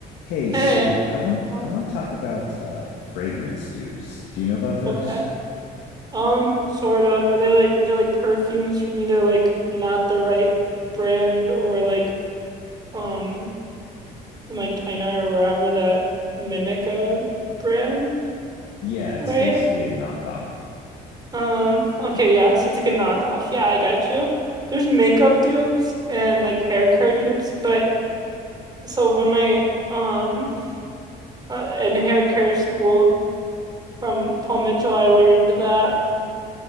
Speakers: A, on the left; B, on the right.
A: Hey,
B: Hey.
A: so I want to
B: Oh,
A: I want to talk about uh fragrance dupes. Do you know about those?
B: okay. Um, sort of. Are they like they're like perfumes for me? They're like not the right brand or like um from like China or wherever that mimic a brand,
A: Yeah, it's
B: right?
A: basically a knockoff.
B: Um, okay, yeah, so it's like a knockoff. Yeah, I got you. There's makeup dupes and like hair care dupes, but so when my um uh, in hair care school from Paul Mitchell, I learned that.